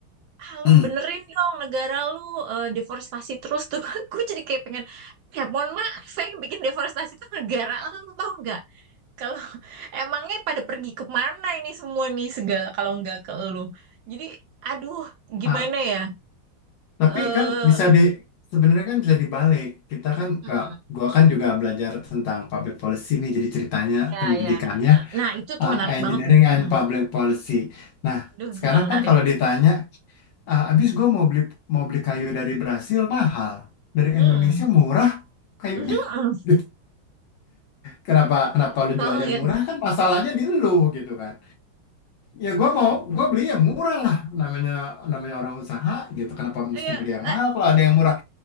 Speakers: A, on the right; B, on the left.
A: ah
B: hmm.
A: lu benerin dong negara lu eh, deforestasi terus tuh <laughs> gue jadi kayak pengen ya mohon maaf yang bikin deforestasi tuh negara lu tau nggak kalau <laughs> emangnya pada pergi kemana ini semua nih segala kalau nggak ke lu jadi aduh gimana
B: Ah,
A: ya
B: tapi
A: eh
B: kan bisa di sebenarnya kan bisa dibalik. Kita kan
A: hmm,
B: ke gua kan juga belajar tentang public policy nih, jadi ceritanya
A: ya
B: pendidikannya
A: ya nah itu tuh
B: ah,
A: menarik
B: engineering
A: banget tuh
B: and
A: hmm.
B: public policy. Nah,
A: aduh
B: sekarang
A: gila menarik
B: kan kalau ditanya, ah, abis gua mau beli mau beli kayu dari Brasil mahal, dari
A: hmm.
B: Indonesia murah kayunya.
A: <laughs> Hmm.
B: <laughs> Gitu. Kenapa kenapa lu
A: tau
B: jualnya
A: nggak
B: murah
A: ya
B: kan masalahnya di lu gitu kan. ya gue mau gue beli yang murah lah namanya namanya orang usaha gitu kenapa mesti
A: Iya.
B: beli yang
A: eh,
B: mahal kalau ada yang murah